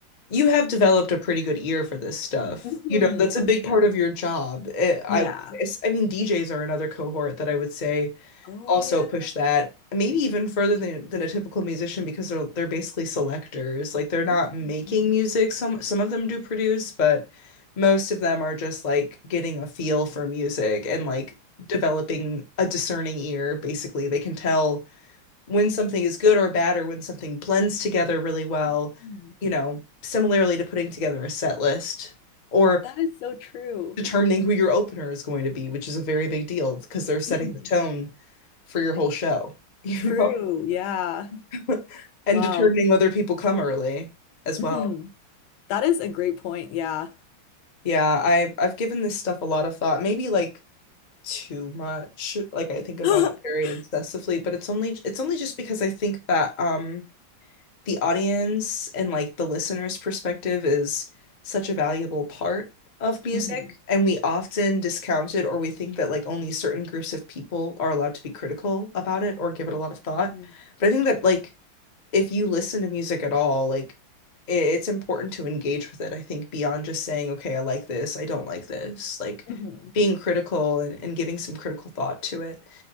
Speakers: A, on the left; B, on the left.
A: you have developed a pretty good ear for this stuff.
B: mhm,
A: You know, that's a
B: for
A: big
B: sure.
A: part of your job. eh, I
B: Yeah.
A: would say. I mean, DJs are another cohort that I would say
B: Oh
A: also
B: yeah.
A: push that maybe even further than than a typical musician because they're they're basically selectors. Like they're not
B: Mhm,
A: making music. Some some of them do produce, but most of them are just like getting a feel for music and like developing a discerning ear. Basically, they can tell when something is good or bad or when something blends together really well,
B: mhm.
A: you know, similarly to putting together a set list or
B: That is so true.
A: determining who your opener is going to be, which is a very big deal because they're setting
B: Mhm.
A: the tone for your whole show, you
B: True.
A: know,
B: Yeah.
A: <laughs> and
B: Wow.
A: determining whether people come early as
B: Mhm.
A: well.
B: That is a great point. Yeah. <gasps>
A: Yeah, I I've given this stuff a lot of thought. Maybe like too much. Like I think about
B: <laughs>
A: it very obsessively, but it's only it's only just because I think that um the audience and like the listener's perspective is such a valuable part of music,
B: Mhm.
A: and we often discount it or we think that like only certain groups of people are allowed to be critical about it or give it a lot of thought.
B: Mhm.
A: But I think that like if you listen to music at all, like i- it's important to engage with it, I think, beyond just saying, okay, I like this, I don't like this, like
B: Mhm.
A: being critical and, and giving some critical thought to it,